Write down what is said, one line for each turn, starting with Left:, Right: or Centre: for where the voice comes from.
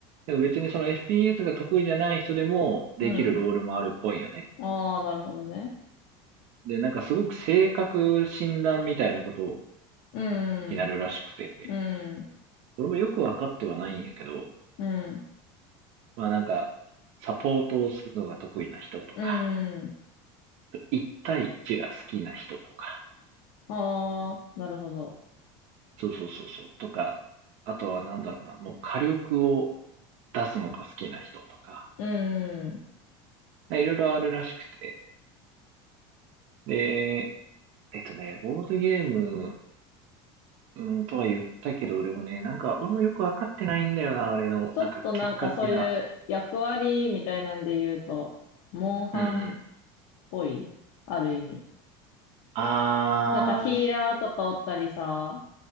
Right: でも別にその FPS が得意じゃない人でもできるロールもあるっぽいよね。
Left: うん。ああ、なるほどね。
Right: で、なんかすごく性格診断みたいなこと
Left: うん、
Right: になるらしくて、
Left: うん、
Right: 俺もよくわかってはないんやけど、
Left: うん、
Right: まあなんか、サポートをするのが得意な人とか、
Left: うん。
Right: 1対1が好きな人とか、
Left: ああ、なるほど。
Right: そうそうそうそう、とか、あとはなんだろうな、もう火力を出すのが好きな人とか、
Left: うん。
Right: いろいろあるらしくて、で、えっとね、ボードゲームうん、とは言ったけど、でもね、なんか、俺もよくわかってないんだよな、あれの、
Left: ちょっとなんかそういう役割みたいなんで言うと、
Right: なんか、結果的な。
Left: モンハンっ
Right: うんうん。
Left: ぽい、ある意味。
Right: あ
Left: なんかヒーラーとかおったりさ、